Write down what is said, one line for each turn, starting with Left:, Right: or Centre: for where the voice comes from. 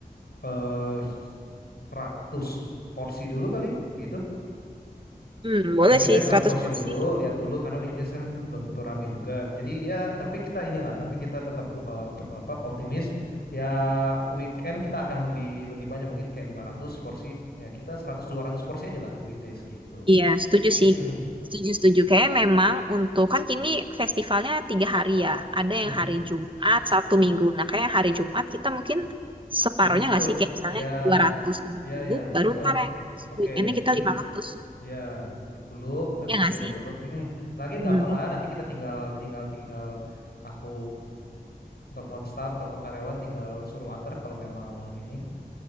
Left: eh 100 porsi dulu kali gitu.
Right: Hmm, boleh
Left: Mungkin
Right: sih,
Left: dari 100
Right: 100
Left: porsi
Right: porsi.
Left: dulu, lihat dulu karena weekdays kan belum tentu rame juga. Jadi ya tapi kita inilah, tapi kita tetap eh, p- apa optimis ya weekend kita akan lebih lebih banyak mungkin kayak 500 porsi. Ya kita 100 200 porsi aja lah weekdays gitu.
Right: Iya, setuju
Left: Hmm.
Right: sih. Setuju, setuju. Kayak memang untuk kan kini festivalnya tiga hari ya. Ada
Left: Hmm,
Right: yang hari Jumat, Sabtu, Minggu. Nah, kayak hari Jumat kita mungkin separohnya
Left: lebih dikit
Right: nggak
Left: tuh.
Right: sih? Kayak misalnya
Left: Ya,
Right: dua ratus lima
Left: ya,
Right: puluh
Left: ya.
Right: baru
Left: Heeh.
Right: ntar yang
Left: Oke,
Right: weekendnya kita
Left: itu
Right: lima
Left: dikit
Right: ratus
Left: dulu. Ya, dikit dulu. Nah,
Right: Ya
Left: kita
Right: nggak
Left: coba
Right: sih?
Left: dulu. Mm-mm. Lagian
Right: Hmm,
Left: gampang lah. Nanti kita tinggal, tinggal, tinggal. Aku telepon staff, telepon karyawan, tinggal suruh antar kalau memang ini.